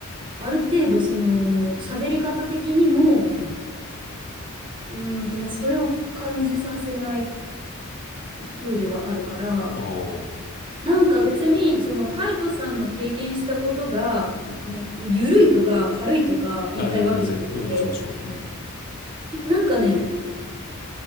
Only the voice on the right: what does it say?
ある程度、その、喋り方的にも、
うーんと、まあ、それを感じさせない風ではあるから、
なんか別に、そのカイトさんの経験したことが、
い緩いとか軽いとか言いたいわけじゃなくて、
なんかね、